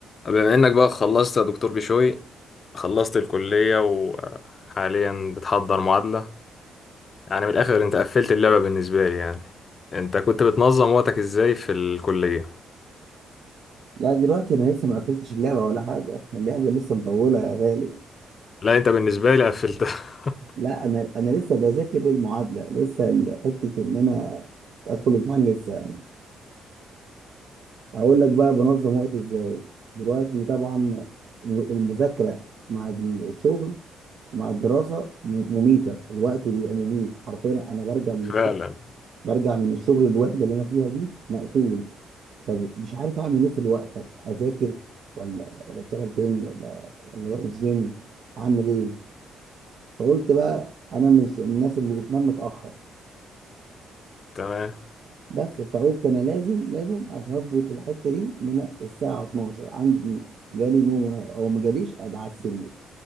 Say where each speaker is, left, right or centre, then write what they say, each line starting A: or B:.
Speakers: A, on the left; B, on the right.
A: بما انك بقى خلصت يا دكتور بشوي خلصت الكلية وحاليا بتحضر معادلة يعني من الاخر انت قفلت اللعبة بالنسبة لي يعني انت كنت بتنظم وقتك ازاي في الكلية
B: لا دلوقتي انا لسه ما قفلتش اللعبه ولا حاجه اللعبه لسه مطوله يا غالي
A: لا انت بالنسبة لي قفلتها <laughs>
B: لا انا انا لسه بذاكر المعادله لسه ال- حته ان انا ادخل الامتحان لسه يعني هقول لك بقى بنظم وقتي ازاي دلوقتي طبعا م- المذاكره مع ال- الشغل ومع الدراسه م- مميته الوقت بيبقى مميت حرفيا انا برجع من
A: فعلا
B: الشغل برجع من الشغل الوحده اللي انا فيها دي مقتول فمش عارف اعمل ايه في الوقت طب اذاكر ولا ولا اشتغل تاني ولا ولا اروح الجيم اعمل ايه فقلت بقى انا مش من الناس اللي بتنام متاخر
A: تمام
B: بس فقلت انا لازم لازم عشان اظبط الحته دي ان انا الساعه 12 عندي جالي نوم و- او ما جاليش ابقى على السرير